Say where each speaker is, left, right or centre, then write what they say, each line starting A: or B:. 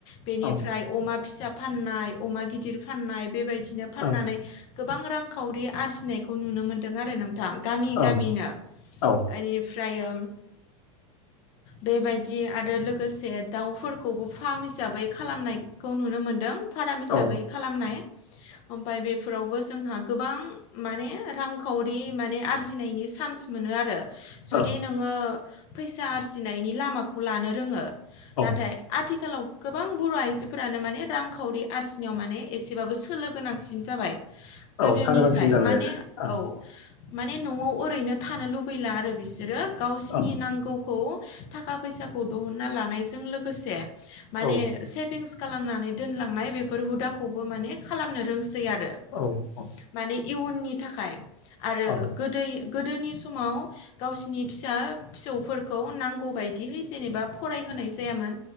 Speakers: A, on the left (about 25°); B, on the left (about 85°).
A: बेनिफ्राय
B: औ
A: अमा फिसा फाननाय अमा गिदिर फाननाय बेबायदिनो फाननानै
B: औ
A: गोबां रांखावरि आरजिनायखौ नुनो मोन्दों आरो नोंथां। गामि
B: औ
A: गामिनो
B: औ
A: बेनिफ्रायो बेबायदि दि आरो लोगोसे दाउफोरखौबो फार्म हिसाबै खालामनायखौ नुनो मोनदों फाराम हिसाबै
B: औ
A: खालामनाय ओमफ्राय बेफोरावबो जोंहा गोबां माने रांखावरि माने आरजिनायनि सान्स मोनो आरो जुदि
B: ओं
A: नोङो फैसा आरजिनायनि लामाखौ लानो रोङो
B: ओं
A: नाथाय आथिखालाव गोबां बर' आइजोफोरानो माने रांखावरि आरजिनायाव माने एसेबाबो सोलो गोनांसिन जाबाय
B: औ
A: गोदोनि
B: सांग्रांसिन
A: साय
B: जाबाय
A: माने
B: आरो
A: औ माने न'आव ओरैनो थानो लुबैला आरो बिसोरो गावसिनि
B: ओं
A: नांगौखौ थाखा फैसाखौ दहनना लानायजों लोगोसे माने
B: ओं
A: सेभिंस खालामनानै दोनलांनाय बेफोर हुदाखौबो माने खालामनो रोंसै आरो
B: औ औ
A: माने इयुननि थाखाय आरो
B: ओं
A: गोदै गोदोनि समाव गावसिनि फिसा फिसौफोरखौ नांगौबायदि बिदिहै जेनेबा फरायहोनाय जायामोन